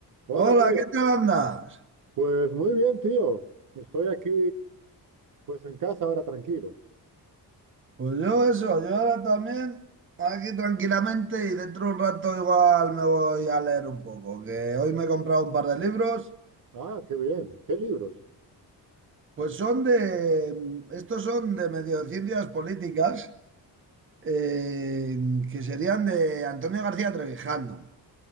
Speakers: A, on the right (about 50°); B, on the right (about 30°).
A: Hola,
B: Hola,
A: tío.
B: ¿qué tal andas?
A: Pues muy bien, tío. Estoy aquí, pues en casa ahora tranquilo.
B: Pues yo eso, yo ahora también aquí tranquilamente y dentro de un rato igual me voy a leer un poco, que hoy me he comprado un par de libros,
A: Ah, qué bien. ¿Qué libros?
B: pues son de, estos son de medio de ciencias políticas, eh, que serían de Antonio García Trevijano.